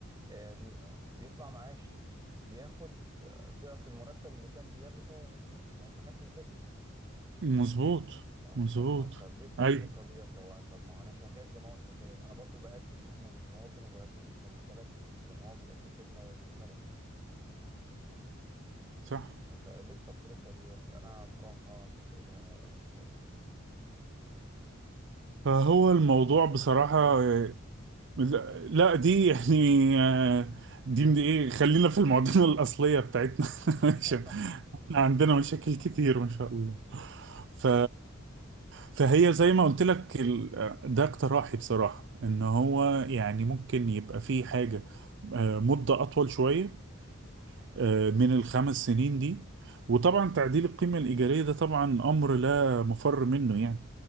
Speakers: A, on the right; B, on the right.
A: آه، بيبقى بيطلع معاش بياخد آه، ضعف المرتب اللي كان بياخده ساعة ما كان في الخدمة
B: مظبوط
A: تمام
B: مظبوط
A: طب ما انت ليه التفرقة
B: اي
A: ديت هو طب ما هو انا شغال زي ما هو شغال انا برضو بأدي خدمة للمواطن وبأدي خدمة للبلد زي ما هو بيأدي خدمة للبلد انت فاهمني
B: صح
A: فليه التفرقة ديت انا بصراحة مش لاقي لها اي جواب
B: فهو
A: انت
B: الموضوع
A: عندك
B: بصراحه
A: جواب ليها
B: آه، لا لا، دي يعني آه، دي من ايه خلينا في المعضله الاصليه بتاعتنا <laughs>
A: <laughs>
B: عشان عندنا مشاكل كتير ما شاء الله ف فهي زي ما قلت لك ال- ده اقتراحي بصراحة ان هو يعني ممكن يبقى فيه حاجة آه، مدة اطول شوية آه، من الخمس سنين دي وطبعا تعديل القيمة الإيجارية ده طبعا امر لا مفر منه يعني